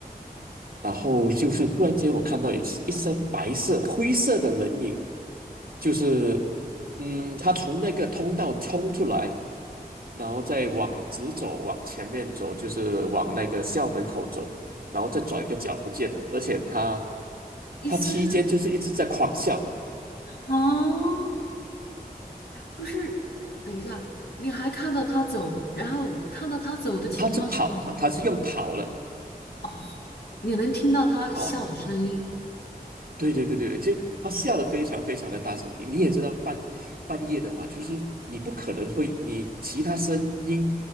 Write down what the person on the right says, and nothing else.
然后就是忽然间，我看到一一身白色、灰色的人影，就是嗯，他从那个通道冲出来，然后再往直走，往前面走，就是往那个校门口走，然后再转一个角不见了。而且他
他期间就是一直在狂笑，
他是跑，
他他是用跑了
跑的对对对对对，就他笑得非常非常的大声。你也知道半半夜的吧，就是你不可能会，你其他声音